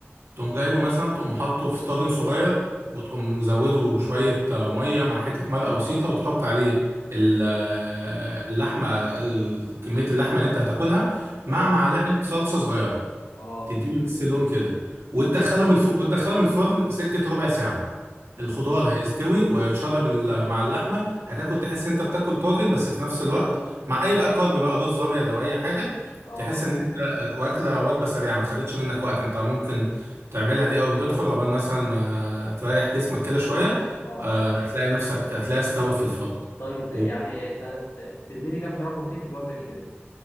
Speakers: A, on the right; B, on the left.
A: تقوم جايبه مثلا تقوم حاطه في طاجن صغير وتقوم مزوده شوية آه، مية مع حتة مرقة بسيطة وتحط عليه ال- آه، اللحمة ال- كمية اللحمة اللي انت هتاكلها
B: اه
A: مع معلقة صلصة صغيرة
B: اه
A: تديله بس لون كده وتدخلهم الف... وتدخلهم الفرن سكة ربع ساعة
B: امم
A: الخضار هيستوي ويتشرب ال- مع اللحمه هتاكل تحس ان انت بتاكل طاجن بس في نفس الوقت مع اي بقى كارب بقى رز ابيض او اي حاجه
B: اه
A: تحس ان انت واكله وجبه سريعه ما خدتش منك وقت انت ممكن تعملها دي اول ما تدخل عقبال مثلا ما تريح جسمك كده شويه
B: اه
A: آه، هتلاقي نفسك هتلاقيها استوت في الفرن
B: طيب
A: و...
B: يعني انت ت- تديني كام جرام بروتين في الوجبه دي كده